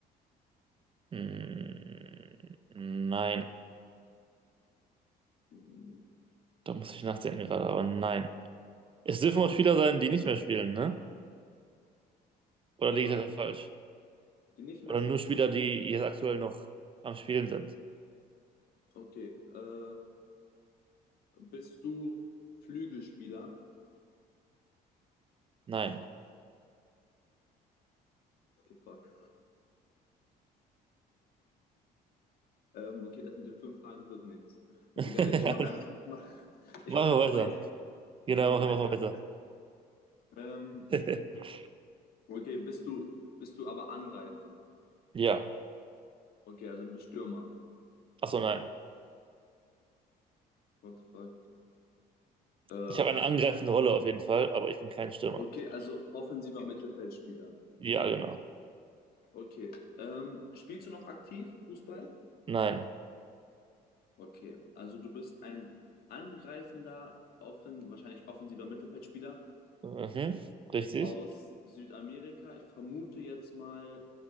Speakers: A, on the right (about 30°); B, on the left (about 65°).
A: Mm, nein.
B: Hm,
A: Da muss ich nachdenken gerade, aber nein. Es dürfen auch Spieler sein, die nicht mehr spielen, ne? Oder liege
B: Äh,
A: ich daran falsch?
B: die nicht mehr.
A: Oder
B: sp-
A: nur Spieler, die jetzt aktuell noch am Spielen sind?
B: Okay. Äh, bist du Flügelspieler?
A: Nein.
B: Okay, fuck. Ähm, okay, das mit den fünf Fragen wird nichts. Ist
A: <laughs> Machen
B: egal. Ich mach einfach. Ich mach, <laughs> ich
A: wir
B: mach einfach
A: weiter.
B: weiter. Ich
A: Genau,
B: mach einfach
A: machen
B: weiter.
A: wir weiter.
B: Ähm,
A: <laughs>
B: okay, bist du bist du aber Angreifer?
A: Ja.
B: Okay, also du bist Stürmer.
A: Achso, nein.
B: What the fuck? Äh,
A: Ich habe eine angreifende Rolle auf jeden Fall, aber ich bin kein Stürmer.
B: okay, also offensiver Mittelfeldspieler.
A: Ja, genau.
B: Okay. Ähm, spielst du noch aktiv Fußball?
A: Nein.
B: Okay, also du bist ein angreifender, offen, wahrscheinlich offensiver Mittelfeldspieler
A: Mhm. Richtig?
B: aus Südamerika. Ich vermute jetzt mal,